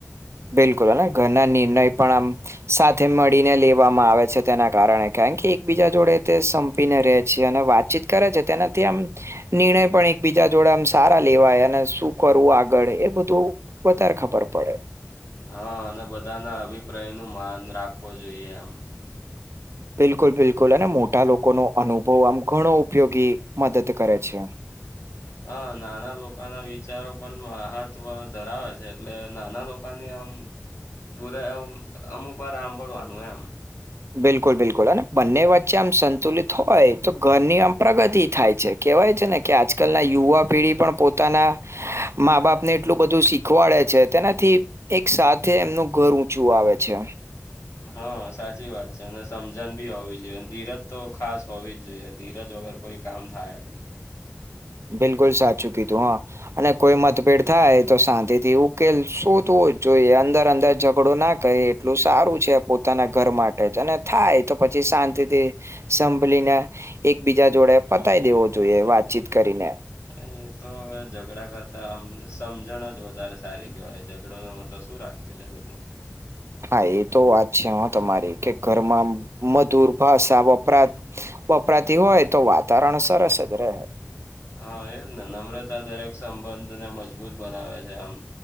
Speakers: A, on the right; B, on the left.
A: બિલકુલ અને ઘરના નિર્ણય પણ આમ સાથે મળીને લેવામાં આવે છે તેના કારણે કેમ કે એકબીજા જોડે તે સંપીને રે છે અને વાત ચિત કરે છે તેનાથી આમ નિર્ણય પણ એકબીજા જોડેમ સારા લેવાય અને શું કરવું આગળ એ બધું વધારે ખબર પડે
B: હા અને બધા ના અભિપ્રાય નું માન રાખવો જોઈએ એમ
A: બિલકુલ બિલકુલ અને મોટા લોકો ન અનુભવ આમ ઘણો ઉપયોગી મદદ કરે છે
B: હ નાના લોકો ના વિચારો પણ મહત્વ ધરાવે છે એટલે નાના લોકોની આમ બુરા અમુક વાર સાંભળવાનું એમ
A: બિલકુલ બિલકુલ અને બંને વચ્ચે આમ સંતુલિત હોય તો ઘરની આમ પ્રગતિ થાય છે કહેવાય છે ને કે આજકાલના યુવા પેઢી પણ પોતાના મા બાપ ને એટલું બધું શીખવાડે છે તેનાથી એક સાથે એમનું ઘર ઊંચું આવે છે
B: હા સાચી વાત છે અને સમજણ બી હોવી જોઈએ ધીરજ તો ખાસ હોવી જ જોઈએ ધીરજ વગર કોઈ કામ થાય જ નહીં.
A: બિલકુલ સાચું કીધું હા. અને કોઈ મતભેદ થાય તો શાંતિ થી ઉકેલ શું થું જોઈએ અંદર અંદર ઝઘડો ના કરી એટલું સારું છે પોતાના ઘર માટે જ અને થાય તો પછી શાંતિથી સાંપલી ને એકબીજા જોડે પતાય દેવો જોઈએ વાતચીત કરીને
B: એ તો હવે ઝઘડા કરતા આમ સમજણ જ વધારે સારી કેહેવાય ઝઘડો તો શું રાખે બીજુ બધું
A: હા એ તો વાત છે હ તમારી કે ઘરમાં મધુર બસ આ વપરા વપરાતી હોય તો વાતાવરણ સરસ જ રે
B: હા એજ ને નમ્રતા દરેક સંબંધને મજબૂત બનાવે છે આમ